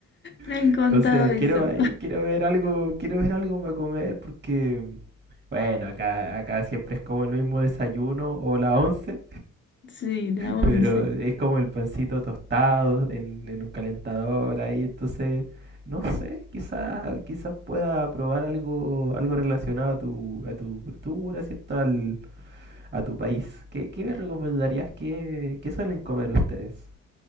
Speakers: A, on the left (about 40°); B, on the right (about 35°).
A: Me han
B: Entonces
A: contado eso.
B: quiero ahí, quiero ver algo, quiero ver algo para comer porque, bueno, acá, acá siempre es como el mismo desayuno o la 11.
A: <laughs> Sí, la once.
B: Pero es como el pancito tostado en, en un calentador ahí, entonces, no sé, quizá, quizá pueda probar algo, algo relacionado a tu, a tu cultura, ¿cierto? Al, a tu país. ¿Qué, qué me recomendarías? ¿Qué, qué suelen comer ustedes?